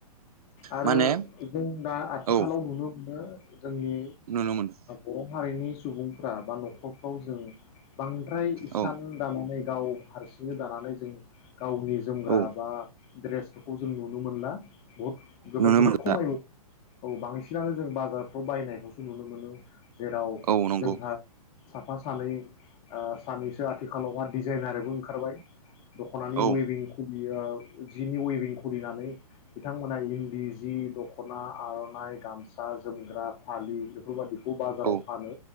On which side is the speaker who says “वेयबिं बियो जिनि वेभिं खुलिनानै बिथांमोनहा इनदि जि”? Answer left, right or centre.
Left